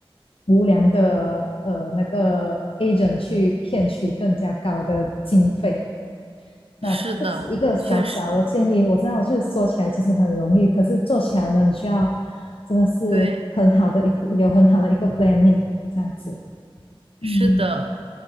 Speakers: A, on the left; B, on the right.
A: 无良的呃那个 agent 去骗取更加高的经费。那这是一个小小的建议，
B: 是的，确实，
A: 我知道就是说起来其实很容易，可是做起来呢，你需要真的是很好的一个有很好的一个
B: 对，
A: planning 这样子。嗯，
B: 是的，